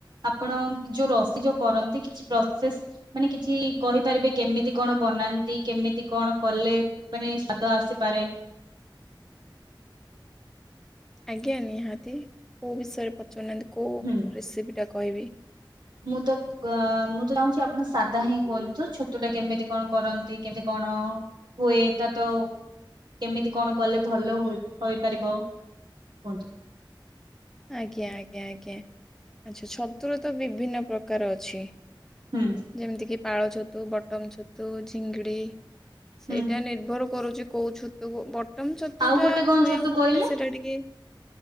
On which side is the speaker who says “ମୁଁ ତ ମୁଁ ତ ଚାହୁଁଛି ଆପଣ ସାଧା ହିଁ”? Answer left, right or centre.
Right